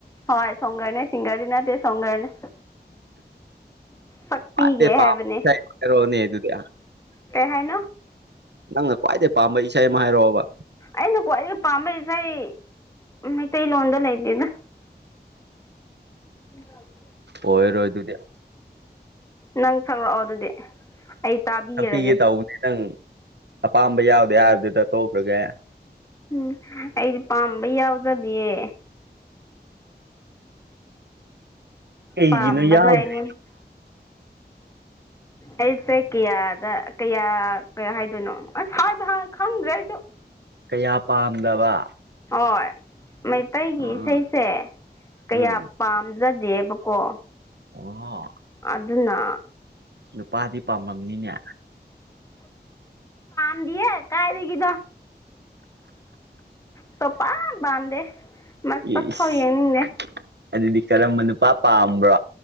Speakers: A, on the left (about 15°); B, on the right (about 75°).
A: ꯍꯣꯏ ꯁꯣꯡꯒꯔꯅꯦ ꯁꯤꯡꯒꯥꯔꯗꯤ ꯅꯠꯇꯦ ꯁꯣꯡꯒꯔꯅꯦ ꯁꯛꯄꯤꯒꯦ
B: <inaudible>
A: ꯍꯥꯏꯕꯅꯦ
B: ꯅꯪ <inaudible> ꯑꯗꯨ ꯗꯤ
A: ꯀꯩ ꯍꯥꯏꯅꯣ
B: ꯅꯪꯅ ꯈ꯭ꯋꯥꯏꯗꯒꯤ ꯄꯥꯝꯕ ꯏꯁꯩ ꯑꯃ ꯍꯥꯏꯔꯛꯑꯣꯕ
A: ꯑꯩꯅ ꯈ꯭ꯋꯥꯏꯗꯒꯤ ꯄꯥꯝꯕ ꯏꯁꯩ ꯃꯩꯇꯩꯂꯣꯟꯗ ꯂꯩꯇꯦꯗ <inaudible>
B: ꯑꯣꯏꯔꯣꯏ ꯑꯗꯨꯗꯤ
A: ꯅꯪ ꯁꯛꯔꯛꯑꯣ ꯑꯗꯨꯗꯤ ꯑꯩ ꯇꯥꯕꯤꯔꯒꯦ
B: ꯁꯛꯄꯤꯒꯦ ꯇꯧꯕꯅꯦ ꯅꯪ ꯑꯄꯥꯝꯕ ꯌꯥꯎꯗꯦ ꯍꯥꯏꯕꯗꯨꯗ ꯇꯣꯛꯈ꯭ꯔꯒꯦ
A: ꯎꯝ ꯑꯩꯗꯤ ꯄꯥꯝꯕ ꯌꯥꯎꯖꯥꯗꯤꯌꯦ
B: ꯀꯩꯒꯤꯅꯣ
A: ꯄꯝꯕꯥ‌
B: ꯌꯥꯎꯗ꯭ꯔꯤ
A: ꯗꯨ <unintelligible> ꯑꯩꯁꯦ ꯀꯌꯥꯗ ꯀꯌꯥ ꯀꯌꯥ ꯍꯥꯏꯗꯣꯏꯅꯣ ꯑꯁ <unintelligible> ꯈꯪꯗ꯭ꯔꯦ ꯑꯩꯁꯨ
B: ꯀꯌꯥ ꯄꯥꯝꯗꯕ
A: ꯍꯣꯏ ꯃꯩꯇꯩꯒꯤ
B: ꯑꯥ
A: ꯏꯁꯩꯁꯦ ꯀꯌꯥ
B: ꯎꯝ
A: ꯄꯥꯝꯖꯗꯦ ꯗꯦꯕꯀꯣ
B: ꯑꯣ
A: ꯑꯗꯨꯅ
B: ꯅꯨꯄꯥꯗꯤ ꯄꯥꯝꯃꯝꯅꯤꯅꯦ
A: ꯝꯗꯤ ꯀꯥꯏ ꯀꯗ ꯆꯣꯄꯥ ꯄꯝꯗꯦ ꯃꯁꯛ
B: ꯏꯁ
A: ꯐꯥꯎ ꯌꯦꯡꯅꯤꯡꯅꯦꯦ
B: ꯑꯗꯨꯗꯤ ꯀꯔꯝꯕ ꯅꯨꯄꯥ ꯄꯥꯝꯕ꯭ꯔꯣ